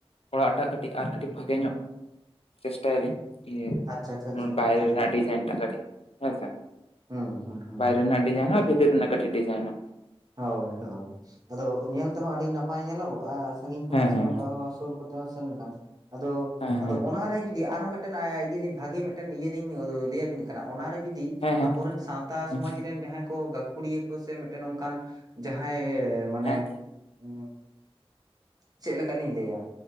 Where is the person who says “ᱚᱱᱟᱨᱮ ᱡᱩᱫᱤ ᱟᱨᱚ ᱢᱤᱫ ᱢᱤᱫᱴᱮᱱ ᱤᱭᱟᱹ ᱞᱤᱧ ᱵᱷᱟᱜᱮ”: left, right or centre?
Right